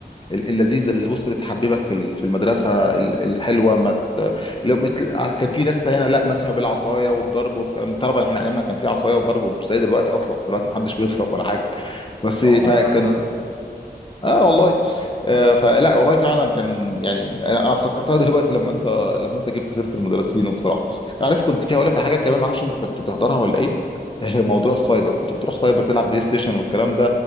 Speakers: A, on the left; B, on the right.
A: ال- اللذيذه اللي بص اللي تحببك في ال- في المدرسه ال- الحلوه ما ت... لو مت... كان في ناس تانية لا مثلا بالعصايه والضرب والكلام طبعا احنا ايامنا كان في عصايه وضرب مش زي دلوقتي اصلا دلوقتي محدش بيضرب ولا حاجه بس
B: اه
A: فكان
B: والله بقى احسن
A: اه والله آه فلا والله فعلا كان يعني انا انا افتكرتها دلوقتي لما انت لما انت جبت سيره المدرسين وبصراحه عارف كنت في اقول لك على حاجه كمان ما اعرفش انت كنت بتحضرها ولا ايه <laughs> موضوع السايبر كنت بتروح سايبر تلعب بلاي ستيشن والكلام ده